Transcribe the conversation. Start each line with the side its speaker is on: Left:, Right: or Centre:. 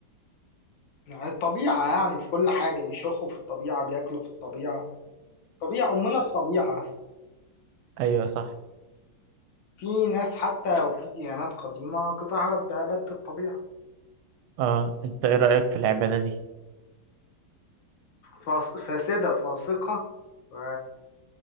Left: يعني الطبيعة يعني في كل حاجة بيشخوا في الطبيعة بياكلوا في الطبيعة طبيعة أمنا الطبيعة أصلا
Right: أيوه صح
Left: في ناس حتى وفي ديانات قديمة ظهرت بعبادة الطبيعة
Right: أه أنت إيه رأيك في العبادة دي؟
Left: فاس- فاسدة فاسقة و-